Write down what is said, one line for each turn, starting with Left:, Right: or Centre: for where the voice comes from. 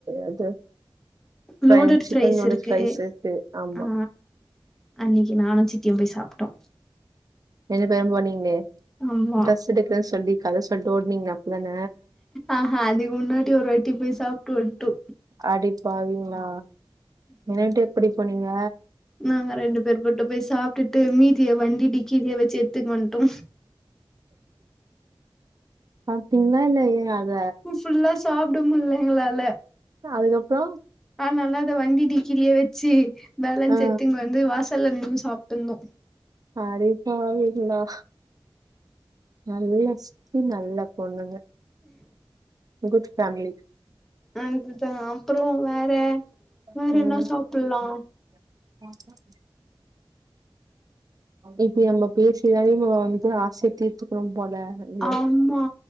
Right: அது ஃப்ரை
Centre: லோடட்
Right: சிக்கனோட
Centre: ஃப்ரைஸ் இருக்கு
Right: ஃப்ரைஸ் இருக்கு ஆமா
Centre: ஆ அன்னைக்கு நானு சித்தியும் போய் சாப்ட்டோ
Right: ரெண்டு பேரும் போனீங்களே
Centre: ஆமா
Right: ட்ரெஸ் எடுக்கறேன்னு சொல்லி கத சொல்ட்டு ஓடுனீங்களே அப்பதான
Centre: ஆஹ அதுக்கு முன்னாடி ஒருவாட் டி போய் சாப்ட்டு வந்ட்டோ
Right: அடிப்பாவீங்களா என்ன உட்டு எப்படி போனீங்க
Centre: நாங்க ரெண்டு பேர் பொட்டு போய் சாப்ட்டுட்டு மீதிய வண்டி டிக்கிலேயே வச்சு எடுத்துட்டு வந்ட்டோ
Right: சாப்ட்டீங்களா இல்லையா அத
Centre: ஃபுல்லா சாப்ட முட்ல எங்களால
Right: ல அதுக்கப்பறோ
Centre: ஆனால அத வண்டி டிக்கிலேயே வச்சு பேலன்ஸ்
Right: ஆ
Centre: எடுத்துன்னு வந்து வாசல்ல நின்னு சாப்ட்டுந்தோ
Right: அடிப்பாவிங்களா நல்ல சித்தி நல்ல பொண்ணுங்க குட் ஃபேமிலி
Centre: அனுப்புதா அப்றோ வேற
Right: ம்
Centre: வேற என்ன சாப்புல்லா
Right: இப்டி நம்ம பேசிதான்டி நம்ம வந்து ஆசை தீர்த்துக்கனும் போல இல்ல
Centre: ஆமா